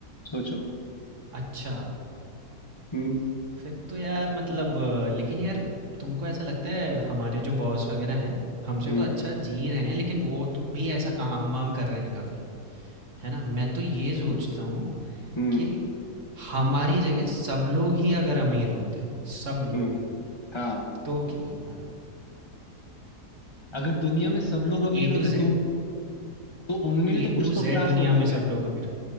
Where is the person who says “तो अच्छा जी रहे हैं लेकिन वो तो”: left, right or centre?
Right